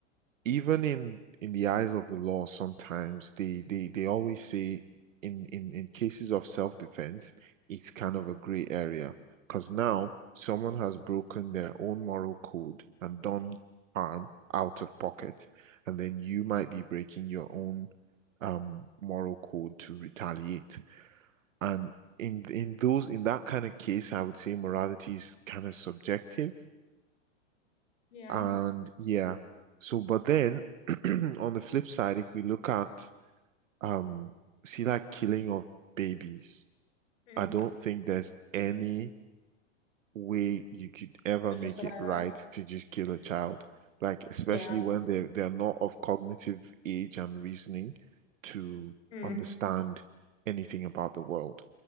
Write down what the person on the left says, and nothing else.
yeah.
mhm.
to
justify
that.
Yeah.
Mm,